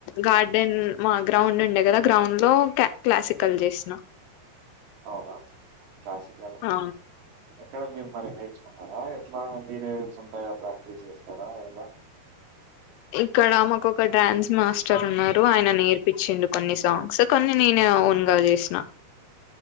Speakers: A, on the left; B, on the right.
A: గార్డ్ <unintelligible> మా గ్రౌండ్ ఉండే కదా గ్రౌండ్ లో క్ల క్లాసికల్ చేసిన
B: అవునా క్లాసికలు
A: ఆ
B: ఎక్కడ మీరు మరి నేర్చుకున్ న్నారా ఎట్లా మీరే సొంతగ ప్రాక్టీస్ చేస్తారా ఎలా
A: ఇక్కడ మాకు ఒక డాన్స్ మాస్టర్ ఉన్నారు ఆయన నేర్పించిండు కొన్ని సాంగ్స్ కొన్ని నేనే ఓన్ గా చేసిన